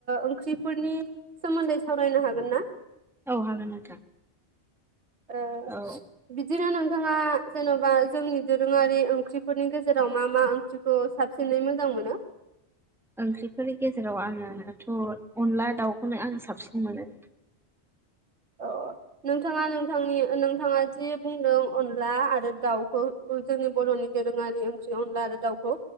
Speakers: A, on the right; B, in the centre.
A: ओंख्रिफोरनि सोमोन्दै सावरायनो हागोन ना?
B: औ हागोन नोंथां
A: ओ
B: औ
A: बिदिनो नोंथांङा जेन'बा जोंनि दोरोंङारि ओंख्रिफोरनि गेजेराव मा मा ओंख्रि खौ साबसिनै मोजां मोनो?
B: ओंख्रिफोरनि गेजेराव आङोथ' अनला दाउखौनो आं साबसिन मोनो
A: अ नोंथांङा नोंथांनि नोंथांङा जि बुंदों अनला आरो दाउखौ जोंनि बर'नि दोरोंङारि ओंख्रि अनला आरो दाउखौ